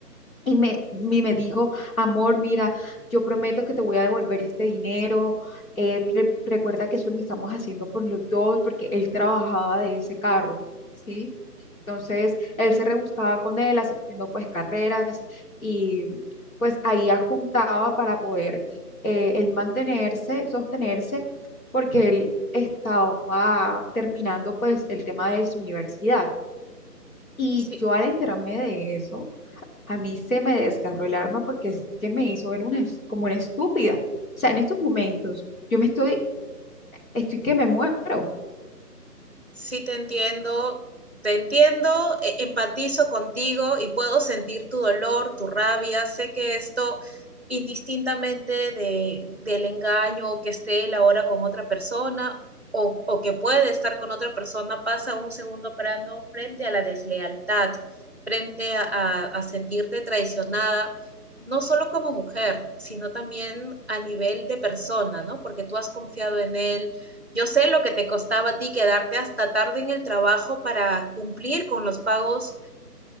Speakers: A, on the left; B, on the right.
A: y me, y me dijo, amor, mira, yo prometo que te voy a devolver este dinero. eh, re- recuerda que eso lo estamos haciendo por los dos, porque él trabajaba de ese carro, ¿sí? Entonces, él se rebuscaba con él, haciendo pues carreras y pues ahí juntaba para poder eh, él mantenerse, sostenerse, porque él estaba terminando pues el tema de su universidad. Y
B: Sí,
A: yo al enterarme de eso, a mí se me desgarró el arma porque es que me hizo ver una, es- como una estúpida. O sea, en estos momentos yo me estoy, estoy que me muero.
B: Sí, te entiendo, te entiendo, e- empatizo contigo y puedo sentir tu dolor, tu rabia. Sé que esto, indistintamente de, del engaño o que esté él ahora con otra persona o, o que puede estar con otra persona, pasa a un segundo plano frente a la deslealtad, frente a, a a sentirte traicionada, no solo como mujer, sino también a nivel de persona, ¿no? Porque tú has confiado en él yo sé lo que te costaba a ti quedarte hasta tarde en el trabajo para cumplir con los pagos